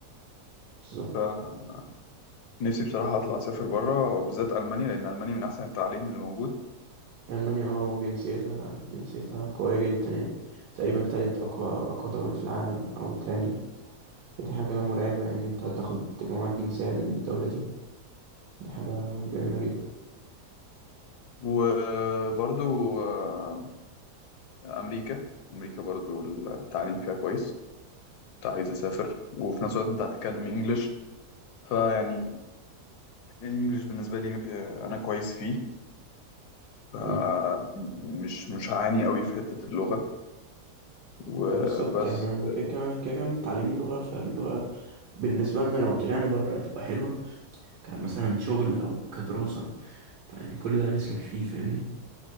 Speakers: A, on the right; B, on the left.
A: بالظبط
B: فنفسي بصراحة أطلع أسافر برا وبالذات ألمانيا لأن ألمانيا من أحسن التعليم اللي موجود
A: ألمانيا اه وجنسيتها جنسيتها قوية جدا يعني تقريبا تالت أقوى أقوى دولة في العالم أو تاني دي حاجة مرعبة يعني انت هتاخد تبقى معاك جنسية للدولة دي دي حاجة جميلة جدا
B: وبرضو آه، أمريكا أمريكا برضو التعليم فيها كويس كنت عايز أسافر وفي نفس الوقت أنت هتتكلم إنجليش فيعني الإنجليش بالنسبة لي آه، أنا كويس فيه فمش
A: مم.
B: مش هعاني قوي في حتة اللغة وبس
A: وبالظبط احنا كده كده كده كده متعلمين لغة فاللغة بالنسبة لنا لو طلعنا بره هتبقى حلوة كمثلا شغل أو كدراسة فيعني كل ده هنسلك فيه فاهمني